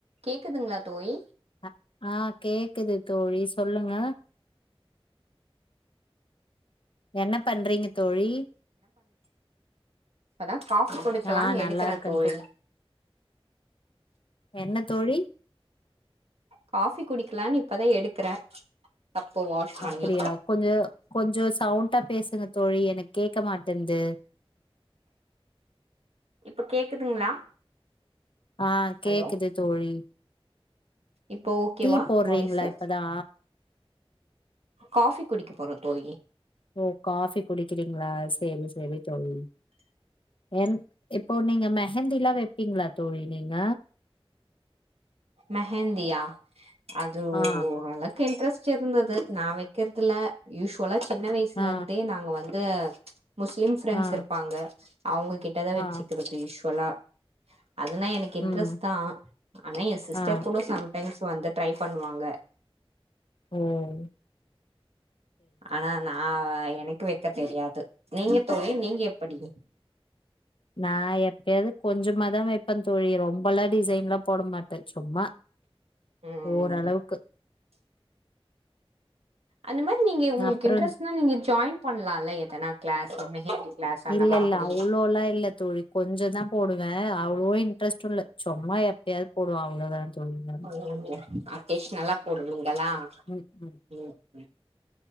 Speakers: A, on the right (about 85°); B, on the left (about 60°).
A: கேக்குதுங்களா தோழி
B: அ ஆ கேக்குது தோழி சொல்லுங்க என்ன பண்றீங்க தோழி
A: ஆன காஃபி குடுக்கலான்னு
B: ஆ நல்லா
A: எடுக்கிறே
B: இருக்கே
A: தோழி
B: என்ன தோழி
A: காஃபி குடிக்கலான்னு இப்பதா எடுக்கறே கப்பு வாஷ் பண்ணி
B: அப்டியா கொஞ்சோ கொஞ்சோ சவுண்டா பேசுங்கத் தோழி எனக்கு கேக்க மாட்டேன்து
A: இப்ப கேக்குதுங்களா
B: ஆ, கேக்குது
A: ஹலோ
B: தோழி
A: இப்போ ஓகேவா
B: டீ போட்றீங்களா
A: வாய்ஸு
B: இப்பதா
A: காஃபி குடிக்க போறோ தோழி
B: ஓ காஃபி குடிக்கிறீங்களா சரி ஸ் செரி தோழி என் இப்போ நீங்க மெஹந்திலா வைப்பீங்களா தோழி நீங்க
A: மெஹந்தியா அது
B: ஆ
A: ஓரளவுக்கு இன்ட்ரெஸ்ட் ச்சிருந்தது நா வைக்கறத்தில்ல யூஸுவலா ச் சின்ன வயசுல
B: ஆ
A: இருந்தே நாங்க வந் து முஸ்லிம் ஃப்ரெண்ட்ஸ்
B: ஆ
A: இருப்பாங்க அவங்க கிட்ட தா
B: ஆ
A: வச்சுக்கிறது ஈஷு தொலா அதுனா எனக்கு இன்ட்ரெஸ்ட்
B: ம்
A: தா ஆனயஸ் சிஸ்டர்
B: ஆ
A: கூட <unintelligible> டைம்ஸ் வந்து டரை பண்ணுவாங்க
B: உஹம்
A: ஆனா நா எனக்கு வெ தெரியாது நீங்க தோழி நீங்க எப்படி
B: நா எப்பயாவது கொஞ்சமாதா வெப்பேங் தோழி ரொம்பெல்லா டிசைன் லா போட மாட்டே சும்மா
A: ம்
B: ஓரளவுக்கு
A: அந்த மாரி நீங்க உங்களுக்கு
B: அப்றோ
A: இன்ட்ரெஸ்ட்னா நீங்க ஜாயின் பண்ணலாம்ல எதனா கிளாஸ் <unintelligible>
B: இல்ல
A: மாதிரி
B: இல்ல அவ்வளோல்லா இல்ல தோழி கொஞ்சோ தா போடுவே அவ்வளோ இன்ட்ரெஸ்டு இல்ல சும்மா எப்பயாவது போடுவ அவ்ளோதா தோழி நானு.
A: <unintelligible> அகேஷ்னலா போடுவீங்க க்கல்லா
B: ம் ம்
A: உம் ம்